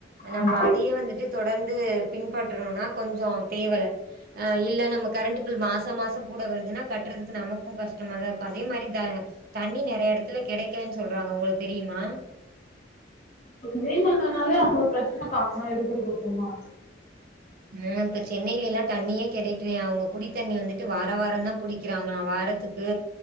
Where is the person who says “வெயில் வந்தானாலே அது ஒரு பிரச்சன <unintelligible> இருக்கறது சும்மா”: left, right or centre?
Left